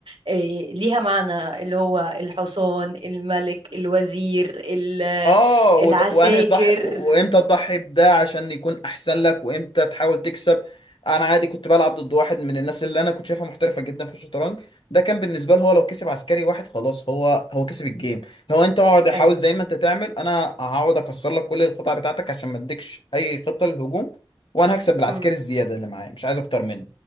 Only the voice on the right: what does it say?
إيه ليها معنى اللي هو الحصان الملك الوزير ال-
العساكر
ايوه
امم